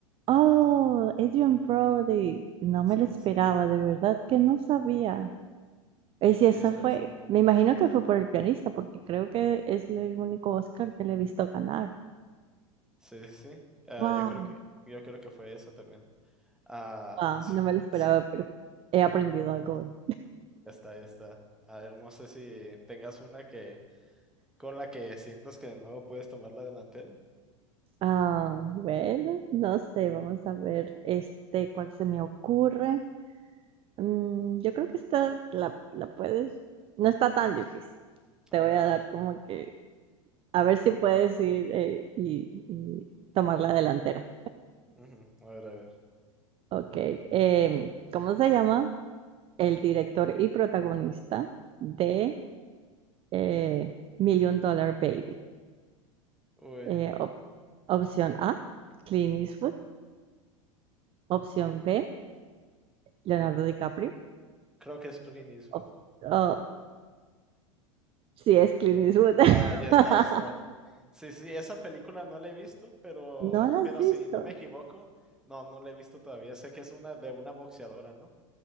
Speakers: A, on the right; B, in the centre.
A: oh, Adrian Brody. No me
B: Sí,
A: lo esperaba,
B: sí, sí.
A: de verdad que no sabía. Y si
B: Ya
A: esa
B: está,
A: fue,
B: ya está.
A: me imagino que fue por el pianista, porque creo que es el único Oscar que le he visto ganar.
B: Sí, sí, sí. Ah,
A: Wow,
B: yo creo que, yo creo que fue eso también. Ah,
A: wow,
B: sí,
A: no me lo esperaba,
B: sí,
A: pero he aprendido algo hoy.
B: ya está, ya está. A ver, no sé si tengas una que con la que sientas que de nuevo puedes tomar la delantera.
A: Ah, bueno, no sé, vamos a ver este cuál se me ocurre. Mm, yo creo que esta la, la puedes, no está tan difícil. Te
B: A ver,
A: voy a
B: a ver.
A: dar como que a ver si puedes ir eh, y, y tomar la delantera.
B: Ujú, A ver, a ver.
A: Ok, em, ¿cómo se llama el director y protagonista de eh, Million Dollar Baby?
B: Uy,
A: Eh, op- opción A, Clint Eastwood. Opción B, Leonardo DiCaprio.
B: creo que es Clint Eastwood.
A: Op- oh, sí, es Clint Eastwood.
B: Ah, ya está,
A: <laughs>
B: ya está. Sí, sí, esa película no la he visto, pero,
A: ¿No la has
B: pero
A: visto?
B: si no me equivoco, no, no la he visto todavía. Sé que es una de una boxeadora, ¿no?